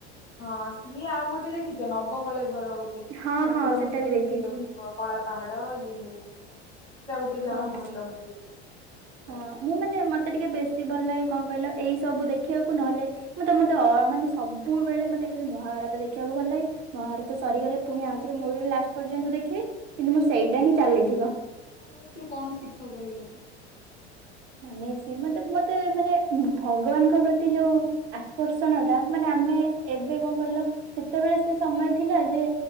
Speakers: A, on the left; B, on the right.
A: ହଁ ସିଏ ଆଉ ଗୋଟେ ଦେଖିଚ ନବକଳେବର ଗୋଟେ
B: ହଁ
A: ଠାକୁରଙ୍କୁ
B: ହଁ ସେଟା ବି
A: ଯୋଉ
B: ଦେଖିଛି
A: ନେଇଯାଉଥିବ କଳା ପାହାଡ ଇଏ ନେଇଯାଉଥିବ ସେଟା ଗୋଟେ ଯାହା
B: ହଁ
A: ହଉ ଭଲ ମୁଭି ଟେ। ମାନେ ଭଲ
B: ହଁ
A: ଲାଗେ।
B: ମୁଁ ମାନେ ମତେ ଟିକେ ବେଶୀ ଭଲ ଲାଗେ କଣ କହିଲ ଏଇ ସବୁ ଦେଖିବାକୁ ନହେଲେ ମତେ ମତେ ଅ ଆ ମାନେ ସବୁବେଳେ ମତେ ଖାଲି ମହାଭାରତ ଦେଖିଆକୁ ଭଲ ଲାଗେ। ମହାଭାରତ ସରିଗଲେ ପୁଣି ଆଉଥରେ ମୁୂଳୁରୁ ଲାଷ୍ଟ୍ ପର୍ଯ୍ୟନ୍ତ ଦେଖିବି କିନ୍ତୁ ମୋର ସେଇଟା ହିଁ ଚାଲିଥିବ।
A: ମହାଭାରତ ରୁ କଣ ଶିଖ କହିଲ।
B: ମାନେ ସି ମତେ ମତେ ମାନେ ଭଗବାନଙ୍କ ପ୍ରତି ଯୋଉ ଆ କର୍ଷଣ ଟା ମାନେ ଆମେ ଏବେ କଁ କହିଲ ସେତେବେଳେ ସେ ସମୟ ଥିଲା ଯେ